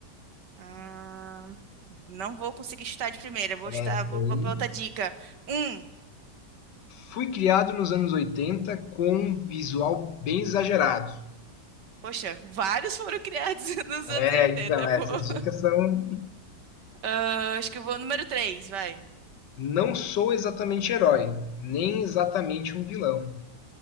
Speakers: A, on the right (about 80°); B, on the left (about 85°).
A: Ah, não vou conseguir chutar de primeira. Vou
B: Essa
A: chutar, vou,
B: aí.
A: vou pra outra dica. Um.
B: Fui criado nos anos 80 com um visual bem exagerado.
A: Poxa, vários foram criados <laughs> nos anos
B: É,
A: 80.
B: então,
A: Eu
B: essas
A: Vou.
B: dicas são.
A: Ah, acho que eu vou número três, vai.
B: Não sou exatamente herói, nem exatamente um vilão.